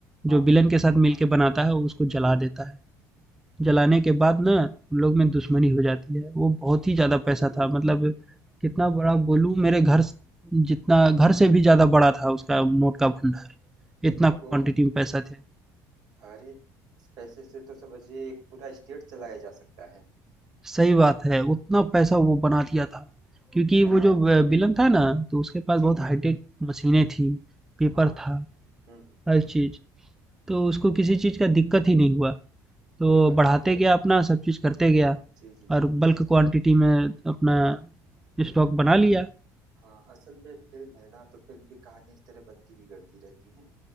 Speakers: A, on the right (about 60°); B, in the centre.
A: हाँ,
B: जो
A: हाँ।
B: विलन के साथ मिलके बनाता है उसको जला देता है जलाने के बाद ना उन लोग में दुश्मनी हो जाती है वो बहुत ही ज़्यादा पैसा था मतलब कितना बड़ा बोलूँ मेरे घर स- जितना घर से भी ज़्यादा बड़ा था उसका नोट का भंडार इतना क्वांटिटी
A: ओह!
B: में पैसा थे
A: अरे! इस पैसे से तो समझिए एक पूरा स्टेट चलाया जा सकता है।
B: सही बात है उतना पैसा वो बना दिया था क्योंकि
A: हुँ,
B: वो
A: हुँ।
B: जो विलन था ना तो उसके पास
A: जी,
B: बहुत
A: जी,
B: हाईटेक
A: जी।
B: मशीनें थी पेपर
A: हाँ, हाँ।
B: था
A: हुँ, हुँ, हुँ।
B: हर चीज़। तो उसको किसी चीज़ का दिक्कत ही नहीं हुआ। तो
A: कोई बात
B: बढ़ाते
A: नहीं भाई।
B: गया अपना सब चीज़ करते गया
A: जी, जी, जी।
B: और बल्क
A: अ,
B: क्वांटिटी में अपना स्टॉक बना लिया।
A: हाँ, असल में फ़िल्म है ना तो फ़िल्म की कहानी इस तरह बनती बिगड़ती रहती है